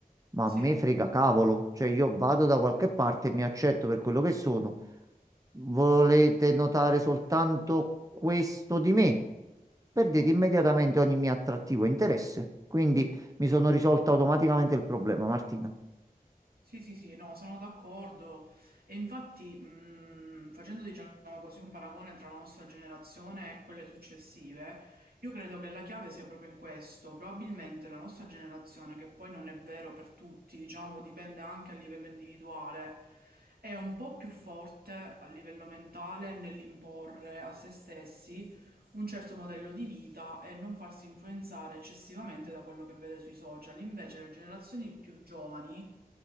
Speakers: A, on the right (about 20°); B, on the right (about 85°).
A: Ma
B: sì.
A: a me frega cavolo. Cioè, io vado da qualche parte e mi accetto per quello che sono. Volete notare soltanto questo di me? Perdete immediatamente ogni mio attrattivo e interesse. Quindi... Mi sono risolto automaticamente il problema, Martina.
B: Sì, sì, sì, no, sono d'accordo. E infatti, mh, facendo diciamo così un paragone tra la nostra generazione e quelle successive, io credo che la chiave sia proprio in questo. Probabilmente la nostra generazione, che poi non è vero per tutti, diciamo, dipende anche a livello individuale, è un po' più forte a livello mentale nell'imporre a se stessi un certo modello di vita e non farsi influenzare eccessivamente da quello che vede sui social. Invece le generazioni più giovani